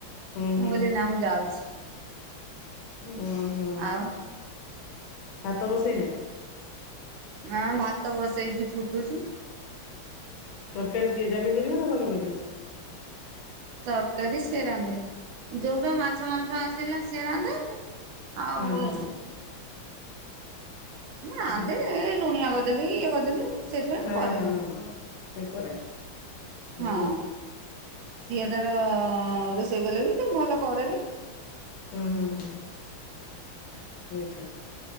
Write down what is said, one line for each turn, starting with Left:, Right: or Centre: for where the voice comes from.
Left: ହୁଁ
Right: ମୁଁ
Left: ହୁଁ
Right: ବୋଲି ନା ମୁଁ ଯାଉଛି
Left: ଓ ହୋ।
Right: ଆଉ
Left: ଭାତ ବସେଇନା
Right: ହଁ ଭାତ ବସେଇଛି ଫୁଟୁଛି।
Left: ତରକାରୀ କିଏ ଜାନି କରିବ ନା ତମେ କରିବ?
Right: ତରକାରୀ ସେ ରାନ୍ଧେ ଯୋଉ ବି ମାଛ ମାଂସ ଆସିଲା ସେ ରାନ୍ଧେ ଆଉ।
Left: ହଁ ହଁ
Right: ମୁଁ ଆଧେ
Left: ହଁ ସେ
Right: ଲୁଣିଆ କରିଦେଲି ଇଏ କରିଦେଲି ସେଥି ପାଇଁ ମୁଁ
Left: ହଁ
Right: କରେନି
Left: ହଁ ହଁ ସେ କରେ ହୁଁ
Right: ହଁ। ସିଏ ତାର ରୋଷେଇ କଲେ ବି ତ ଭଲ କରେ ବିି
Left: ହୁଁ ହୁଁ ହୁଁ। ସେଇଟା